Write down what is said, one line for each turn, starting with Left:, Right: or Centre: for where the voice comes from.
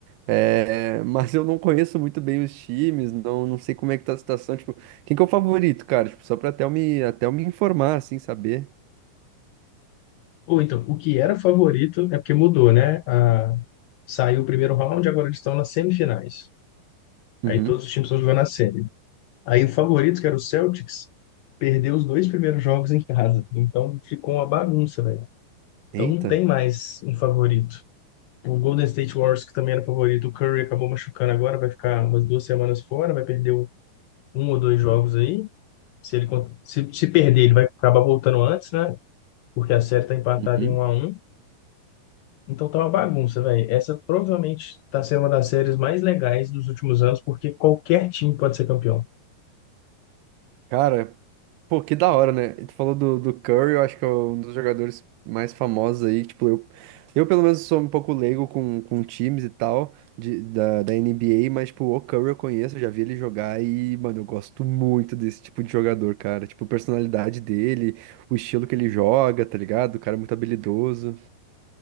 Right: é, <laughs> mas eu não conheço muito bem os times, não, não sei como é que tá a situação. Tipo, quem que é o favorito, cara? Tipo, só pra até eu me, até eu me informar, assim, saber.
Left: Ou então, o que era favorito é porque mudou, né? A... Saiu o primeiro round, agora eles estão nas semifinais.
Right: Uhum.
Left: Aí todos os times estão jogando a série. Aí o favorito, que era o Celtics, perdeu os dois primeiros jogos em casa. Então ficou uma bagunça, velho. Então
Right: Eita.
Left: não tem mais um favorito. O Golden State Warriors, que também era favorito, o Curry acabou machucando agora, vai ficar umas duas semanas fora, vai perder um um ou dois jogos aí. Se ele con- se, se perder, ele vai acabar voltando antes, né? Porque a série tá empatada
Right: Uhum.
Left: em um a um Então tá uma bagunça, velho. Essa provavelmente tá sendo uma das séries mais legais dos últimos anos, porque qualquer time pode ser campeão.
Right: Cara, Pô, que da hora, né? E Tu falou do, do Curry, eu acho que é um dos jogadores mais famosos aí. Tipo, eu, eu pelo menos sou um pouco leigo com, com times e tal, de, da, da NBA, mas, tipo, o Curry eu conheço, eu já vi ele jogar e, mano, eu gosto muito desse tipo de jogador, cara. Tipo, a personalidade dele, o estilo que ele joga, tá ligado? O cara é muito habilidoso.